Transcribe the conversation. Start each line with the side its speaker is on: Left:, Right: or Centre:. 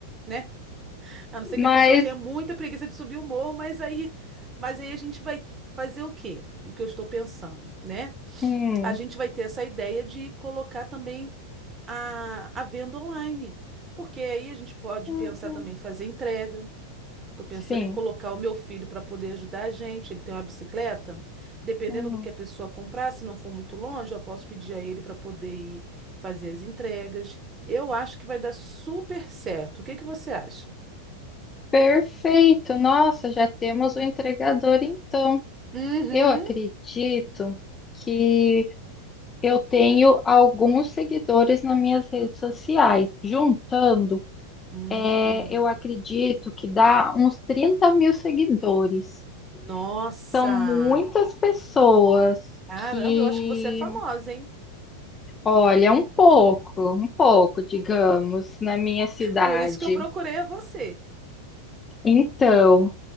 Right: né? A não ser
Left: mas.
Right: que a pessoa tenha muita preguiça de subir o morro, mas aí, mas aí a gente vai fazer o quê? O que eu estou pensando, né?
Left: hum,
Right: A gente vai ter essa ideia de colocar também a, a venda online. Porque aí a gente pode
Left: uhum.
Right: pensar também em fazer entrega Tô pensando
Left: Sim.
Right: em colocar o meu filho para poder ajudar a gente. Ele tem uma bicicleta. Dependendo
Left: Hum.
Right: do que a pessoa comprar, se não for muito longe, eu posso pedir a ele para poder ir fazer as entregas. Eu acho que vai dar super certo. O que que você acha?
Left: Perfeito. Nossa, já temos o entregador então.
Right: Uhum.
Left: Eu acredito que eu tenho alguns seguidores nas minhas redes sociais. Juntando.
Right: Hum.
Left: é, eu acredito que dá uns 30 mil seguidores.
Right: Nossa!
Left: São muitas pessoas
Right: Caramba,
Left: que,
Right: eu acho que você é famosa, hein?
Left: olha, um pouco, um pouco, digamos, na minha cidade.
Right: Por isso que eu procurei a você.
Left: Então,